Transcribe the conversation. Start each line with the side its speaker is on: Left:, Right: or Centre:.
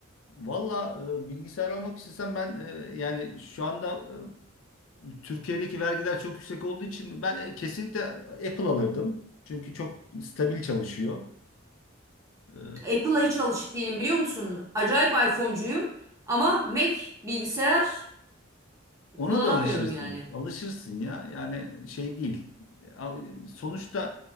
Left: Valla e, bilgisayar almak istesem ben e, yani şu anda e, Türkiye'deki vergiler çok yüksek olduğu için ben e, kesinlikle Apple alırdım. Çünkü çok stabil çalışıyor. E,
Right: Apple'a hiç alışık değilim biliyor musun? Acayip iPhone'cuyum ama Mac bilgisayar
Left: ona
Right: kullanamıyorum
Left: da alışırsın.
Right: yani.
Left: Alışırsın ya. Yani şey değil. Abi, Sonuçta